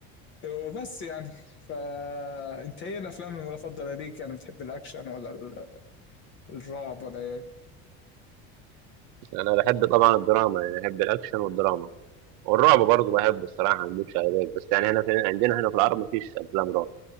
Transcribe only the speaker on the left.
وبس يعني فأنت إيه الأفلام المفضلة ليك يعني بتحب الأكشن ولا ال- الرعب ولا إيه؟